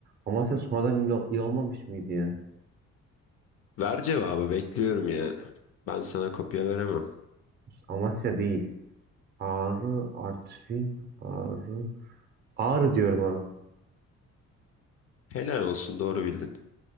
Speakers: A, on the right; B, on the left.
A: Amasya sonradan il, il olmamış mıydı ya?
B: Ver cevabı bekliyorum ya. Ben sana kopya veremem.
A: Amasya değil. Ağrı, Artvin, Ağrı. Ağrı diyorum ha.
B: Helal olsun doğru bildin.